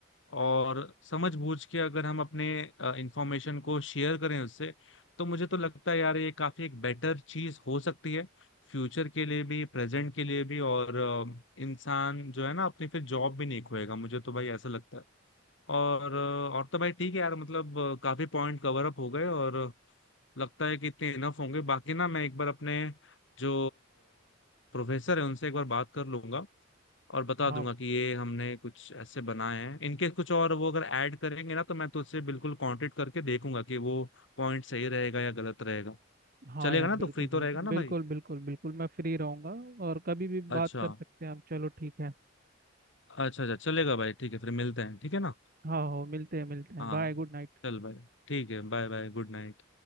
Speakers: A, on the left (about 65°); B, on the right (about 45°).
A: और समझ बूझ के अगर हम अपने इंफॉर्मेशन को शेयर करें उससे तो मुझे तो लगता है यार ये काफी एक बेटर चीज हो सकती है फ्यूचर के लिए भी प्रेजेंट के लिए भी और अ, इंसान जो है ना अपनी फिर जॉब भी नहीं खोएगा मुझे तो भाई ऐसा लगता है और और तो भाई ठीक है यार मतलब अ, काफी पॉइंट कवर अप हो गए और लगता है कि इतने इनफ होंगे बाकी ना मैं एक बार अपने जो प्रोफेसर है उनसे एक बार बात कर लूंगा और बता
B: हाँ
A: दूंगा कि ये हमने कुछ ऐसे बनाए हैं इनके कुछ और वो अगर ऐड करेंगे ना तो मैं तो उससे बिल्कुल कांटेक्ट करके देखूंगा कि वो पॉइंट सही रहेगा या गलत रहेगा
B: हाँ
A: चलेगा
B: यार
A: ना
B: बिल्कुल
A: तो फ्री तो
B: बिल्कुल
A: रहेगा ना
B: बिल्कुल
A: भाई
B: बिल्कुल बिल्कुल मैं फ्री रहूंगा और कभी भी
A: अच्छा
B: बात कर सकते हैं हम चलो ठीक है
A: अच्छा अच्छा चलेगा भाई ठीक है फिर मिलते हैं ठीक है ना
B: हाँ हो मिलते हैं मिलते हैं
A: हाँ
B: Bye good night
A: चल भाई ठीक है Bye bye good night